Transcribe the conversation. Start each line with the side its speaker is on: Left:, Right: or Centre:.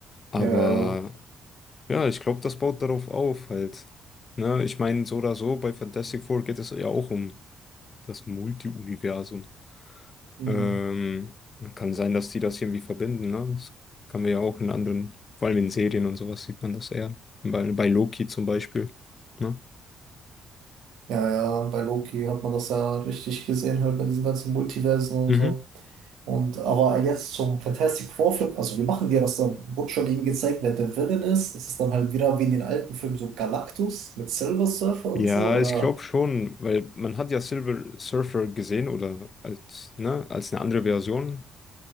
Left: Aber
Right: ja, ja. ja.
Left: ja, ich glaube, das baut darauf auf halt. Ne, ich meine, so oder so, bei Fantastic Four geht es ja auch um das Multi-Universum.
Right: Hm.
Left: Ähm, kann sein, dass die das irgendwie verbinden, ne? Das kann man ja auch in anderen, vor allem in Serien und sowas sieht man das eher. Bei, bei Loki zum Beispiel, ne?
Right: Ja, ja, bei Loki hat man das ja richtig gesehen, halt bei diesen ganzen Multiversen und
Left: Mhm.
Right: so. Und aber jetzt zum Fantastic Four-Film, also wie machen die das dann? Wurde schon eben gezeigt, wer der Villain ist. Ist es dann halt wieder wie in den alten Filmen so Galactus mit Silver Surfer und
Left: Ja,
Right: so? Oder
Left: ich glaube schon, weil man hat ja Silver Surfer gesehen oder als, ne, als eine andere Version.